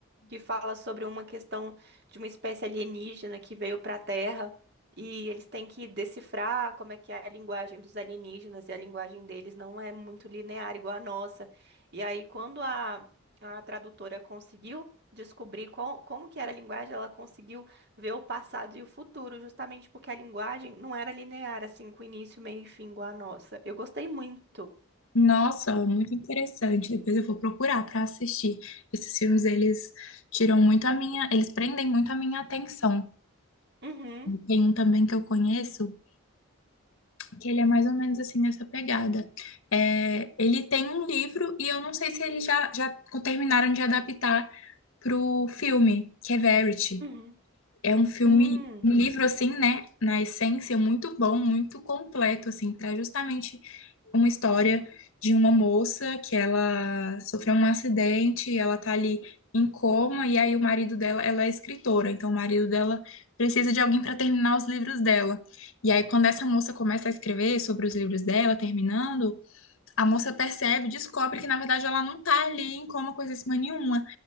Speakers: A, on the right; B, on the left.
A: que fala sobre uma questão de uma espécie alienígena que veio para a Terra e eles têm que decifrar como é que é a linguagem dos alienígenas e a linguagem deles não é muito linear igual a nossa. E aí, quando a, a tradutora conseguiu descobrir qual, como que era a linguagem, ela conseguiu ver o passado e o futuro, justamente porque a linguagem não era linear, assim, com início, meio e fim igual a nossa. Eu gostei muito.
B: Nossa, muito interessante. Depois eu vou procurar para assistir. Esses filmes, eles tiram muito a minha, eles prendem muito a minha atenção.
A: Uhum,
B: Tem um também que eu conheço, que ele é mais ou menos assim nessa pegada. É, ele tem um livro e eu não sei se eles já, já terminaram de adaptar para o filme, que é Verity.
A: uhum.
B: É um filme,
A: Hum.
B: um livro assim, né, na essência, muito bom, muito completo, assim, para justamente uma história de uma moça que ela sofreu um acidente, ela tá ali em coma, e aí o marido dela, ela é escritora, então o marido dela precisa de alguém para terminar os livros dela. E aí, quando essa moça começa a escrever sobre os livros dela, terminando, a moça percebe, descobre que na verdade ela não tá ali em coma coisa assim nenhuma.